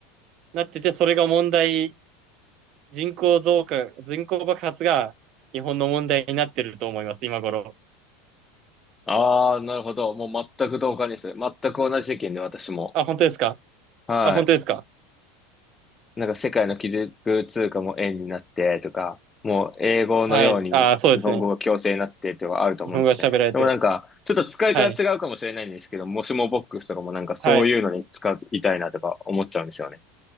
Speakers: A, on the right; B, on the left.
A: なってて、それが問題、人口増加、人口爆発が日本の問題になってると思います、今頃。
B: ああ、なるほど。もう全く同感です。全く同じ意見で私も。
A: あ、本当ですか
B: はい。
A: あ、本当ですか
B: なんか世界の基軸通貨も円になってとか、もう英語のように日本語が強制になってとかあると思うんですよね。
A: はい。あ、そうですね。日本語が喋られて。
B: でもなんか、ちょっと使い方違うかもしれないんですけど、
A: はい。
B: もしもボックスとかもなんかそういうのに使いたいなとか思っちゃうんですよね。
A: はい。